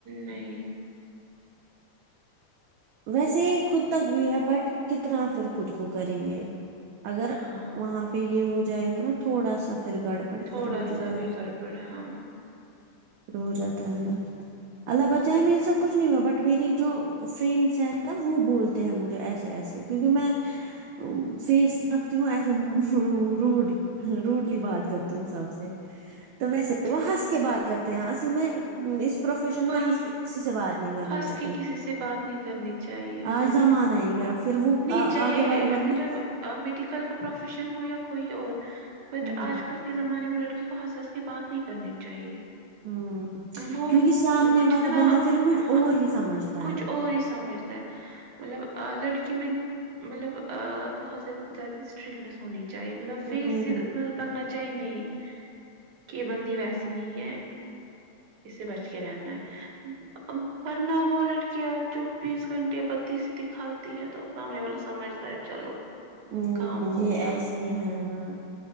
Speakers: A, on the right (about 60°); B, on the right (about 75°).
A: نہیں
B: ویسے خود تک بھی ہے بٹ کتنا پھر خود کو کرے یہ اگر
A: ہاں
B: وہاں پہ یہ ہو جائے گا نا تھوڑا سا پھر گڑ پٹ
A: تھوڑا
B: پھر ہو جاتا
A: سا
B: ہیں
A: بھی گڑبڑ ہاں
B: ہو جاتا ہے نا اللہ بچائے میر سب کچھ نہیں ہوا بٹ میری جو ف ہے نا وہ بولتے ہیں مجھے ایسے ایسے کیونکہ میں فیس رکھتی ہوں ایسے دو رو روڈی روڈلی بات کرتی ہوں سب سے تو ویسے
A: ٹھیک
B: وہ ہنس کے بات کرتے ہیں اصل میں اس پروفیشن
A: وہی
B: میں ہنس کے کسی سے بات نہیں کرنی
A: ہنس
B: چاہیے
A: کے کسی سے بات نہیں کرنی چاہیے
B: آج
A: ہاں
B: زمان آئے گا پھر وہ
A: نہیں چاہے
B: آگے والا بندہ
A: مطلب میڈیکل کا پروفیشن ہو یا کوئی اور بٹ
B: ہوں ہوں
A: آج کل کے زمانے میں لڑکی کو ہنس ہس کے بات نہیں کرنی چاہیے
B: ہوں
A: وہ
B: کیونکہ سامنے
A: وہ
B: والا
A: جتنا
B: بندہ پھر کچھ
A: ہاں
B: اور ہی سمجھتا
A: کچھ
B: ہے
A: اور ہی سمجھتا ہے مطلب لڑکی میں مطلب آ بہت زیادہ اسٹرکنیس ہونی تھی چاہیے مطلب فیس
B: ہوں
A: م لگنا چاہیے نہیں کہ بند ویسی نہیں ہے اس سے بچ کے رہنا ہے ورنہ وہ لڑکیاں چوبیس گھنٹے بتیس دکھا تی ہے تو سامنے والا سمجھتا ہے چلو
B: ہ
A: کام ہو
B: یہ
A: گیا
B: ایسے ہی ہیں ہاں